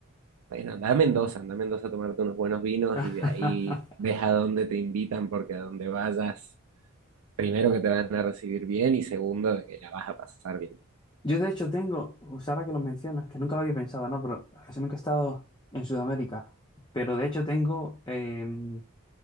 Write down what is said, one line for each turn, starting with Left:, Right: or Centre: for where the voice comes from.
Right: bueno, anda a Mendoza, anda a Mendoza a tomarte unos buenos vinos
Left: <laughs>
Right: y de ahí ves a dónde te invitan porque a donde vayas, primero que te van a recibir bien y segundo que la vas a pasar bien.
Left: Yo de hecho tengo, pues ahora que lo mencionas, que nunca lo había pensado, ¿no? Pero casi nunca he estado en Sudamérica. Pero de hecho tengo, em,